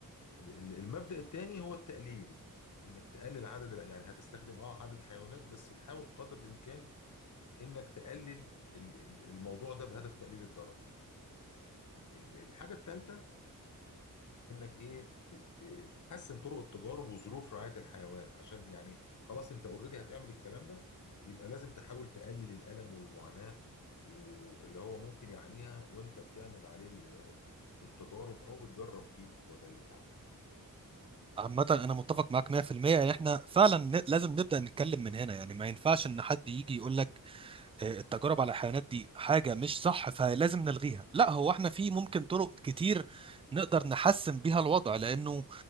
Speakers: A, on the left; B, on the right.
A: ال- ال- المبدأ الثاني هو التقليل انك تقلل عدد الع- يعني هتستخدم اه عدد حيوانات بس تحاول قدر الامكان انك تقلل ال- ال- الموضوع ده بهدف تقليل الضرر ال- الحاجة الثالثة انك ايه ت- ت- تحسن طرق التجارب وظروف رعاية الحيوان عشان دي يعني خلاص انت اوريدي هتعمل الكلام ده يبقى لازم تحاول تقلل الألم والمعاناة واللي هو ممكن يعانيها وانت بتعمل عليه ال- التجارب او بتجرب فيه الدواء ده اللي انت عامله
B: عامة أنا متفق معاك 100% إن إحنا فعلا ن- لازم نبدأ نتكلم من هنا يعني ما ينفعش إن حد يجي يقول لك آه، التجارب على الحيوانات دي حاجة مش صح فلازم نلغيها لا هو احنا في ممكن طرق كتير نقدر نحسن بيها الوضع لأنه